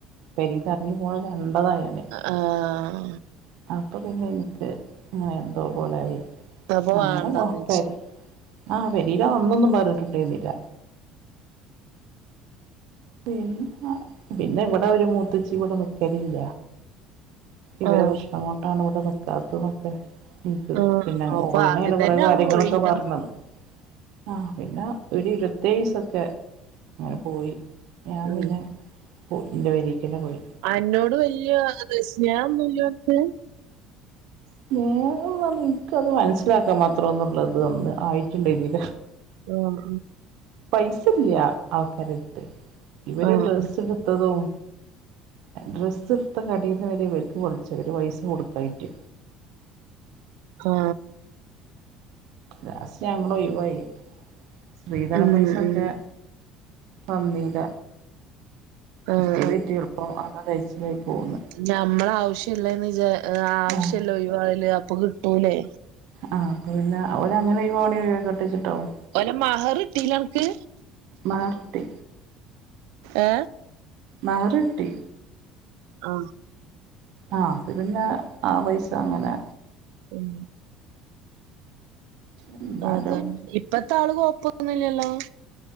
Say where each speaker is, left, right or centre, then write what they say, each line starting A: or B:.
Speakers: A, on the right; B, on the right.
A: പെരേന്നെറങ്ങി പോണത് കണ്ടതാ ഞാന്
B: അ ആ ആ
A: അപ്പം പിന്നെ ൻക്ക് ങ്ങനെ എന്തോ പോലായി
B: അപ്പൊ
A: അങ്ങനെ
B: വേണ്ടാന്ന്
A: ഒ
B: വെച്ച്
A: പെരി ആ പെരേലന്നൊന്നും പറഞ്ട്ട്ണ്ടേര്ന്നില്ല പിന്ന പിന്നെ ഇവിടൊരു മൂത്തച്ചി ഇവടെ നിക്കലില്ല ഇവരെ
B: ആഹ്
A: പ്രശ്നം കൊണ്ടാണ് ഇവടെ നിക്കാത്തെന്നൊക്കെ ൻക്ക്
B: ആഹ്
A: പിന്നെ
B: അപ്പൊ
A: ഓളെന്നേണ്
B: ആദ്യം
A: കൊറെ
B: തന്നെ
A: കാര്യങ്ങളൊക്കെ
B: അവൻ ഒഴിയണം
A: പർഞ്ഞെന്നത് ആ പിന്നെ ഒരു ഇരുപത്തേഴീസൊക്കെ ങ്ങനെ പോയി ഞാൻ
B: ഉം
A: പിന്നെ പോ ന്റെ പെരീക്കെന്നെ പോയി
B: അന്നോട് വെല്യ ത് സ്നേഹൊന്നില്ലോൻക്ക്
A: സ്നേഹം പർഞ ഇൻക്കത് മനസ്സിലാക്കാൻ മാത്രംന്നുള്ളതന്ന് ആയിട്ടിണ്ടേര്ന്നീല
B: ആ ഉം
A: പൈസല്ല ആൾക്കാരെട്ത്ത് ഇവര്
B: ആഹ്
A: ഡ്രസ് ട് ത്തതും ഡ്രസ്സ്ട്ത്ത കടേന്ന് വെരെ ഇവർക്ക് വിളിച്ച് ഇവര് പൈസ കൊടുക്കായിറ്റ്
B: ആ
A: ലാസ്റ്റ് ഞങ്ങള് ഒയ് വായി സ്ത്രീധന
B: ഉം
A: പൈസൊക്കെ
B: ഉം
A: തന്നീല
B: ആഹ്
A: കിട്ടിയത് കിട്ടി എളുപ്പം അത് കയ്ച്ചിലായി പോന്ന്
B: ഞമ്മളെ ആവശ്യല്ലേന്ന് ചാ ആവശ്യല്ലൊയ്വാവല്
A: ആഹ്
B: അപ്പൊ കിട്ടൂലേ
A: ആ അപ്പ പിന്നെ ഓരങ്ങനെ ഒയ്വാണെ ഒയ്വായ്ക്കോട്ടെ വിചാരിച്ചിട്ടാവും
B: ഓലെ മഹർ ട്ടീലേ അൻക്ക്
A: മഹർ കിട്ടി
B: ഏ
A: മഹർ ട്ടി
B: ആ
A: ആ അത് പിന്നെ ആ പൈസങ്ങനെ
B: ഉം
A: എന്നാലും
B: അതെന്നെ ഇപ്പത്താള് കൊയപ്പൊന്നുല്ലല്ലോ